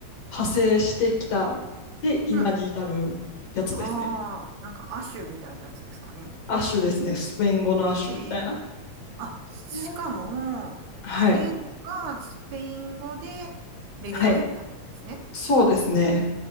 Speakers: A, on the left; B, on the right.
A: 派生してきた、で、今に至るやつですね。
B: うん。ああ、なんか、アッシュみたいなやつですかね。
A: アッシュですね。スペイン語のアッシュみたいな。
B: ええあ、しかも、
A: いやーはい。
B: 言語がスペイン語でレゲエをやってはるんですね。
A: はい。そうですね。